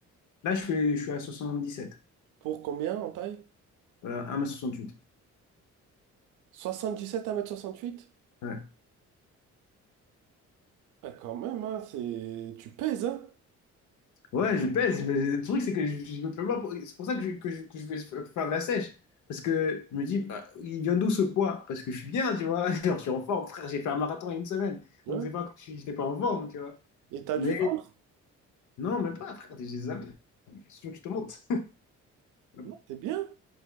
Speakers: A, on the left; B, on the right.
A: Là, je fais, je suis à soixante-dix sept
B: Pour combien en taille?
A: euh, 1 soixante huit
B: 77 à un mètre soixante huit.
A: Ouais.
B: Ah, quand même, hein, c'est... tu pèses, hein?
A: Ouais, je pèse. mais le truc, c'est que je, je me fais pas pour- C'est pour ça que je, que je, que je vais faire de la sèche. Parce que je me dis, bah, il vient d'où ce poids? Parce que je suis bien, tu vois. <laughs> Genre, je suis en forme, frère. J'ai fait un marathon il y a une semaine.
B: Ouais.
A: Donc, c'est pas comme si j'étais pas en forme, tu vois.
B: Et t'as
A: Mais
B: du ventre?
A: non, mais pas, frère. J'ai des abdos. Je te montre. <laughs>
B: Non, t'es bien.